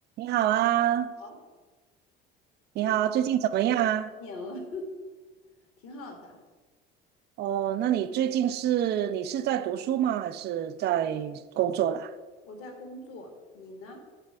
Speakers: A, on the right; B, on the left.
A: 你好啊，
B: 好，
A: 你好，
B: 很多
A: 最近怎么样啊？
B: 年了，<laughs> 挺好的。
A: 哦，那你最近是你是在读书吗？还是在工作啦？
B: 我在工作，你呢？